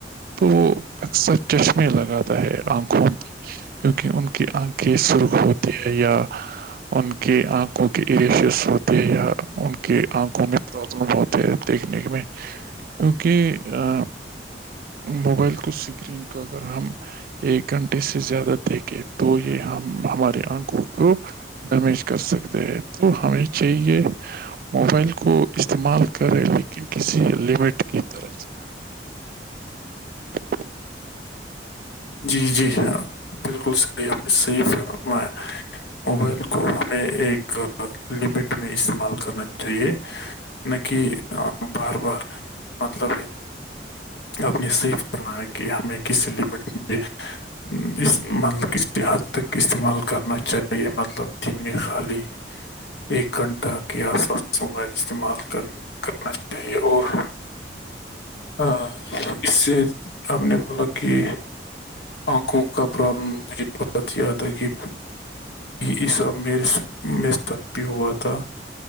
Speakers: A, on the right; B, on the left.
A: تو وہ اکثر چشمے لگاتا ہے آنکھوں پہ کیونکہ ان کی آنکھیں سرخ
B: سکتی
A: ہوتی ہے یا ان کے آنکھوں ایریشس ہوتی ہے یا ان کے آنکھوں میں پرابلم ہوتی ہے دیک ک کی میں کیونکہ ا موبائل کو سکرین کو اگر ہم ایک گھنٹے سے زیادہ
B: ہے۔
A: دیکھے تو یہ ہم ہمارے آنکھوں کو ڈمیج کر سکتے ہیں تو ہمیں چاہیے موبائل کو استعمال کرے لیکن کسی لمٹ کی طرف <unintelligible>
B: جی جی ہاں بالکل صحیح ہم نے صحیح فرمایا موبائل کو ہمیں ایک لمٹ میں استعمال کرنا چاہیے نک بار بار مطلب اپنی سیکف کرنا ہے کہ ہمیں کس لمٹ میں اس مطلب اس حد تک استعمال کرنا چاہیے مطلب دن میں خالی ایک گھنٹہ کے آس پاس موبائل استعمال کرنے کرنا چاہیے اور ا اس سے ہم نے مل کہ آنکھوں کا پرابلم م بات یا تھا ہے کہ یہ سب میرے سے میرے ساتھ بھی ہوا تھا